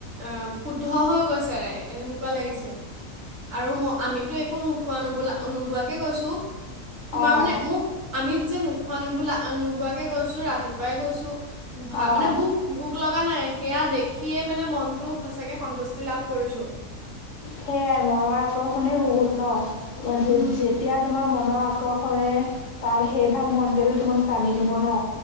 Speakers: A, on the right; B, on the left.
A: আহ শুদ্ধ হৈ গৈছে এনেকুৱা লাগিছে। আৰু ম আমিতো একো নোখোৱা নোবালা-নোবোৱাকে গৈছোঁ। তোমাৰ
B: অঁ
A: মানে মোক আমি যে নোখোৱা নোবোলা উম নোখোৱাকে গৈছো ৰাতিপুৱাই গৈছো। ভা
B: অঁ
A: মানে বুক ভোক লগা নাই সেয়া দেখিয়েই মানে মনটো সঁচাকৈ সন্তুষ্টি লাভ কৰিছো।
B: সেইয়াই মনৰ আকৰ্ষণেই বহুত ন।
A: উম
B: যে-যে-যেতিয়া
A: উম
B: তোমাৰ মনৰ আকৰ্ষণেৰে তাৰ সেই ভাগ মন্দিৰলৈ তোমাক টানি নিব ন।